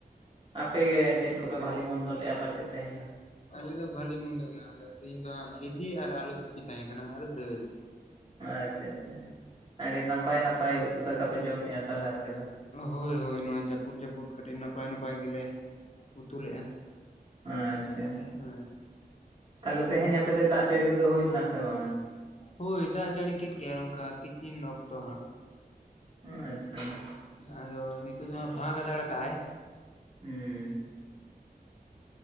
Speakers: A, on the right; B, on the left.
A: ᱟᱯᱮ ᱜᱮ ᱪᱮᱫ ᱠᱚᱯᱮ ᱵᱷᱟᱞᱤ ᱢᱚᱱᱫᱚᱞᱮᱜᱼᱟ ᱯᱟᱪᱮᱫ ᱛᱮᱦᱮᱧ ᱫᱚ᱾
B: ᱟᱞᱮ ᱫᱚ ᱵᱷᱟᱞᱤ ᱢᱚᱱᱫᱚ ᱜᱮᱭᱟ ᱟᱞᱮ ᱫᱚ ᱛᱮᱦᱮᱧ ᱫᱚ ᱦᱟᱸᱜ ᱵᱤᱞᱤ ᱟᱨ ᱟᱞᱩ ᱥᱤᱯᱤ ᱾ ᱥᱤᱯᱤ ᱛᱟᱦᱮᱸ ᱠᱟᱱᱟ ᱟᱨ ᱫᱟᱹᱞ᱾
A: ᱟᱪᱪᱷᱟ ᱟᱪᱪᱷᱟ ᱟᱹᱰᱤ ᱱᱟᱯᱟᱭ ᱱᱟᱯᱟᱭ ᱩᱛᱩ ᱫᱟᱠᱟ ᱯᱮ ᱡᱚᱢᱮᱫ-ᱟ ᱛᱟᱦᱚᱞᱮ ᱟᱯᱮ ᱫᱚ?
B: ᱦᱳᱭ ᱦᱳᱭ ᱱᱚᱣᱟ ᱡᱟᱹᱯᱩᱫ ᱡᱟᱹᱯᱩᱫ ᱠᱟᱹᱴᱤᱡ ᱱᱟᱯᱟᱭ ᱱᱟᱯᱟᱭ ᱜᱮᱞᱮ ᱩᱛᱩ ᱞᱮ-ᱟ᱾
A: ᱟᱪᱪᱷᱟ
B: ᱦᱮᱸ ᱾
A: ᱛᱟᱦᱚᱞᱮ ᱛᱮᱦᱮᱧ ᱟᱯᱮ ᱥᱮᱫ ᱫᱟᱜ ᱡᱟᱹᱲᱤ ᱠᱚᱫᱚ ᱦᱩᱭ ᱞᱮᱱᱟ ᱥᱮ ᱵᱟᱝᱟ?
B: ᱦᱳᱭ ᱫᱟᱜ ᱡᱟᱹᱲᱤ ᱠᱮᱫ ᱜᱮᱭᱟ ᱱᱚᱝᱠᱟ ᱛᱤᱠᱤᱱ ᱚᱠᱛᱚ ᱦᱟᱸᱜ ᱾
A: ᱟᱪᱪᱷᱟ ᱾
B: ᱟᱫᱚ ᱱᱤᱛᱚᱜ ᱫᱚ ᱯᱷᱟᱸᱠ ᱦᱟᱛᱟᱲ ᱠᱟᱜ-ᱟᱭ᱾
A: ᱦᱩᱸ ᱾